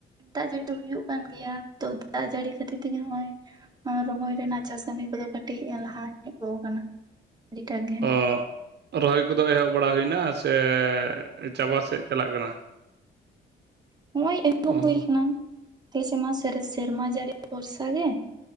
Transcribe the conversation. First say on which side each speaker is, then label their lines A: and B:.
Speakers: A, on the right; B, on the right.
A: ᱫᱟᱜ ᱡᱟᱹᱲᱤ ᱫᱚ ᱦᱩᱭᱩᱜ ᱠᱟᱱ ᱜᱮᱭᱟ ᱛᱚ ᱫᱟᱜ ᱡᱟᱹᱲᱤ ᱠᱷᱟᱹᱛᱤᱨ ᱛᱮᱜᱮ ᱦᱚᱜ-ᱚᱭ ᱨᱚᱦᱚᱭ ᱨᱮᱱᱟᱜ ᱪᱟᱥ ᱠᱟᱢᱤ ᱠᱚᱫᱚ ᱠᱟᱹᱴᱤᱡ ᱞᱟᱦᱟ ᱦᱮᱡ ᱦᱮᱡ ᱜᱚᱱ ᱠᱟᱱᱟ ᱟᱹᱰᱤᱴᱟ ᱜᱮ᱾
B: ᱚ ᱨᱚᱦᱚᱭ ᱠᱚᱫᱚ ᱮᱦᱚᱵ ᱵᱟᱲᱟ ᱦᱩᱭᱱᱟ, ᱥᱮ ᱪᱟᱵᱟ ᱥᱮᱫ ᱪᱟᱞᱟᱜ ᱠᱟᱱᱟ?
A: ᱦᱚᱸᱜᱼᱚᱭ ᱮᱦᱚᱵ
B: ᱚ
A: ᱦᱩᱭ ᱠᱟᱱᱟ᱾ ᱟᱞᱮ ᱥᱮᱜᱢᱟ ᱥᱮᱨ ᱥᱮᱨᱢᱟ ᱡᱟᱲᱤ ᱵᱷᱚᱨᱥᱟ ᱜᱮ᱾